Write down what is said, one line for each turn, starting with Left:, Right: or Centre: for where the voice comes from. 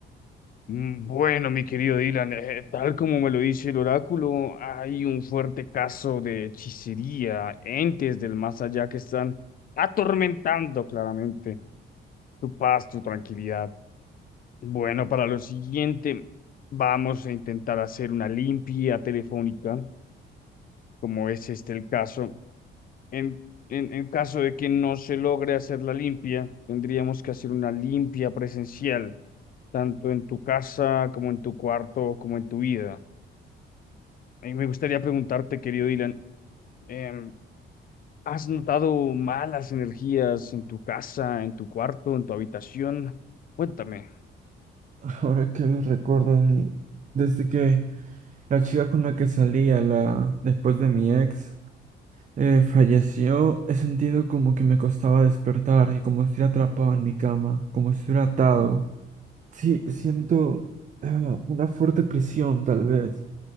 Left: Mm, Bueno, mi querido Dylan, eh, tal como me lo dice el oráculo, hay un fuerte caso de hechicería, entes del más allá que están atormentando claramente tu paz, tu tranquilidad. Bueno, para lo siguiente, vamos a intentar hacer una limpia telefónica, como es este el caso. En, en, en caso de que no se logre hacer la limpia, tendríamos que hacer una limpia presencial, tanto en tu casa como en tu cuarto, como en tu vida. Y me gustaría preguntarte, querido Dylan, em, ¿has notado malas energías en tu casa, en tu cuarto, en tu habitación? Cuéntame.
Right: Ahora que lo recuerdo, mi- desde que la chica con la que salía, la después de mi ex, eh, falleció, he sentido como que me costaba despertar y como si estuviera atrapado en mi cama, como si estuviera atado. Sí, siento ah, una fuerte presión, tal vez,